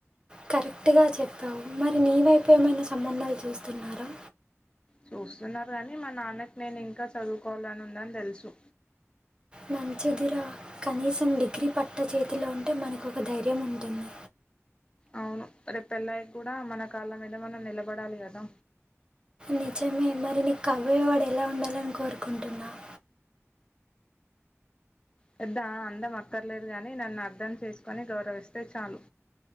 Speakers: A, on the right; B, on the left.
A: కరెక్టుగా చెప్పావు మరి నీ వైపు ఏమైనా సంబంధాలు చూస్త స్తున్నారా
B: చూస్తున్నారు కాని మా నాన్నకి నేను ఇంకా చదువుకోవాలని ఉందని తెలుసు
A: మంచిదిర కనీసం డిగ్రీ పట్ట చేతిలో ఉంటే మనకు ఒక ధైర్యం ఉంటుంది
B: అవును రేపు పెళ్ల్ళయి కూడా మన కాళ్ళ మీద మనం నిలబడాలి కదా
A: నిజమే మరి నీకు కాబోయేవాడు ఎలా ఉండాలని కోరుకుంటున్నావ్
B: పెద్ద అందం అక్కర్లేదు గాని నన్ను అర్థం చేసుకొని గౌరవిస్తే చాలు